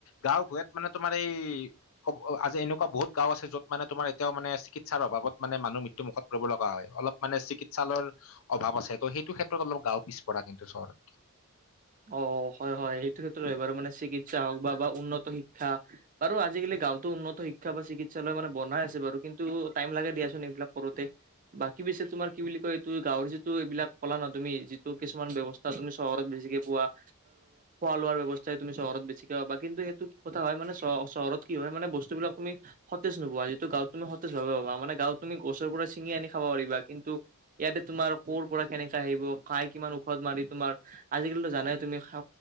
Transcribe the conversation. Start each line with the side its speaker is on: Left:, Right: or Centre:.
Left: গাঁও- ভূঞত মানে তোমাৰ এই- আজি এনেকুৱা বহুত গাঁও আছে য'ত মানে তোমাৰ এতিয়াও মানে চিকিৎসাৰ অভাৱত মানে মানুহ- মৃত্যু মুখত পৰিব লগা হয়। অলপ মানে চিকিৎসালয়ৰ- অভাৱ আছে। ত' সেইটো ক্ষেত্ৰত অলপ গাওঁ পিছপৰা কিন্তু চহৰ-
Right: অঁ, হয় -হয় সেইটো ক্ষেত্ৰত হয় বাৰু মানে চিকিৎসা হওঁক বা- বা উন্নত শিক্ষা। বাৰু আজিকালি গাঁওতো উন্নত শিক্ষা বা চিকিৎসালয় মানে বনাই আছে বাৰু কিন্তু টাইম লাগে দিয়াচোন এইবিলাক কৰোতে। বাকী বেছি তোমাৰ কি বুলি কয়? এইটো গাঁৱৰ যিটো এইবিলাক ক'লা ন, তুমি যিটো কিছুমান ব্যৱস্থা তুমি চহৰত বেছিকে- খোৱা- লোৱাৰ ব্যৱস্থাই তুমি চহৰত বেছিকে পাবা। কিন্তু সেইটো কি কথা হয়? মানে চহৰত- কি হয়? মানে বস্তুবিলাক তুমি- সতেজ হোৱা যিটো গাঁও তুমি সতেজ পাবা মানে গাঁওত তুমি গছৰ পৰা ছিঙি আনি খাব পাৰিবা। কিন্তু- ইয়াতে তোমাৰ কৰ পৰা কেনেকে আহিব, খাই কিমান ঔষধ মাৰি তোমাৰ! আজিকালিতো- জানে তুমি খা